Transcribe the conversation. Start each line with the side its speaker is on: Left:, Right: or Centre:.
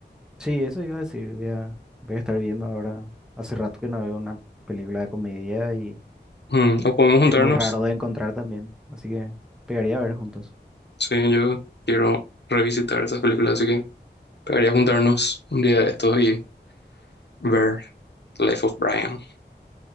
Centre: Sí, eso iba a decir. Voy a, voy a estar viendo ahora. Hace rato que no veo una película de comedia y
Left: Mm, o podemos juntarnos.
Centre: es muy raro de encontrar también. Así que pegaría a ver juntos.
Left: Sí, yo quiero revisitar esas películas, así que Debería juntarnos un día de estos y ver Life of Brian.